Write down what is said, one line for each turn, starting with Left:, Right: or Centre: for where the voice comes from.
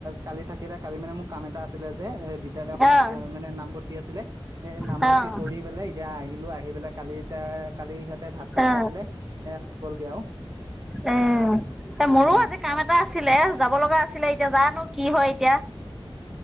Right: কালি থাকিলে কালি মানে মোক কাম এটা আছে আছিলে যে বিদ্যালয়খনত
Centre: অ', অ',
Right: মানে নামভৰ্তি কি আছিলে এ নামভৰ্তি
Centre: অ',
Right: কৰি পেলাই এতিয়া আহি আহিলো আহি পেলাই কালি এতিয়া কালি সিহঁত তাতে ভাত চাত
Centre: অ',
Right: খাই পেলাই এ গ'লগে আৰু
Centre: উম এ মোৰো
Right: উম
Centre: আজি কাম এটা আছিলে যাব লগা আছিলে এতিয়া জানো কি হয় এতিয়া
Right: <unintelligible>